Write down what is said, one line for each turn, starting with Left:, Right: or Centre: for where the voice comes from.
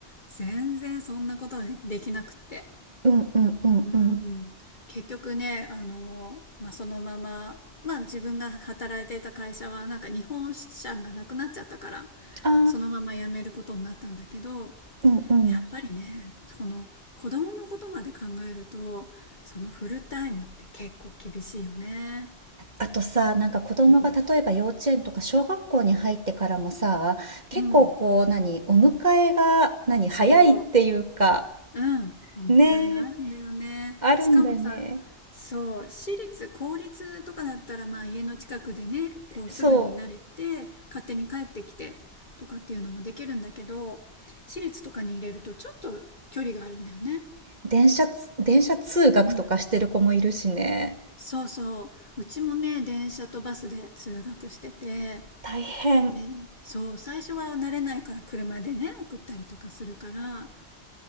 Left: 全然そんなことはできなくって。
Right: うん、うん、うん、
Left: うん、
Right: うん。
Left: 結局ね、あの、まあ、そのまま、まあ、自分が働いていた会社はなんか日本支社がなくなっちゃったから
Right: ああ、
Left: そのまま辞めることになったんだけど、
Right: うん、うん。
Left: やっぱりねこの子供のことまで考えるとそのフルタイムって結構厳しいよね。
Right: あとさ、なんか子供が例えば幼稚園とか小学校に入ってからもさ、
Left: うん、
Right: 結構こう、
Left: うん
Right: 何、お迎えが、何、早いっていうか、
Left: そううんお迎えがあるんだよね。
Right: ねえ、あるんだよね。
Left: しかもさそう私立公立とかだったらまあ家の近くでねこうすぐに慣れて勝手に帰ってきてとかっていうのもできるんだけど私立とかに入れるとちょっと距離があるんだよね。
Right: そう、電車つ、電車通学とかしてる子もいるしね。
Left: うん、そうそう。うちもね、電車とバスで通学してて、
Right: 大変。
Left: ね、そう、最初は慣れないから車でね、送ったりとかするから、